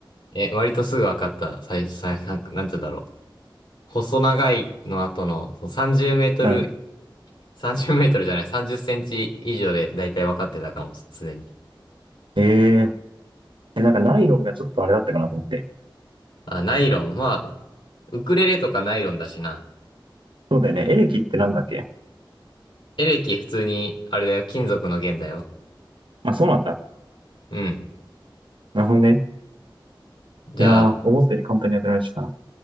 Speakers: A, on the left (about 85°); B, on the right (about 70°).
A: え、割とすぐ分かった。最初、最なんか、なんて言うんだろう。細長いの後の、そう30メートル、
B: うん。
A: 30メートルじゃない、30センチ以上でだいたい分かってたかも、すでに。
B: えええ、なんかナイロンがちょっとあれだったかなと思って。
A: あ、ナイロン。まあ、ウクレレとかナイロンだしな。
B: そうだよね。エレキってなんだっけ
A: エレキ普通に、あれだよ、金属の弦だよ。
B: あ、そうなんだ。
A: うん。
B: なるほどね。
A: じゃあ、
B: いやー、思ったより簡単に当てられてた。